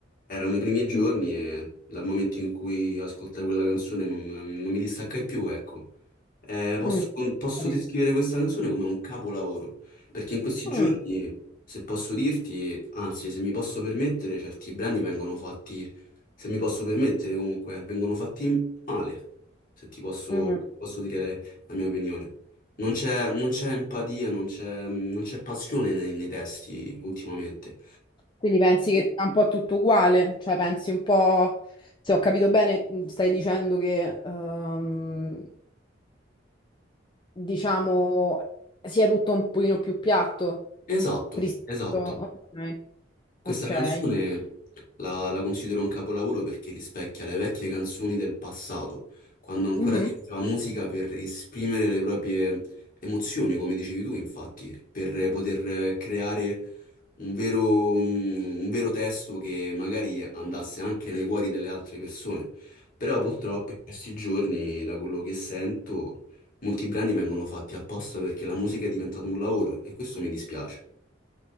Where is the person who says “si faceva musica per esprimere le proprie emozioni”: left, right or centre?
Left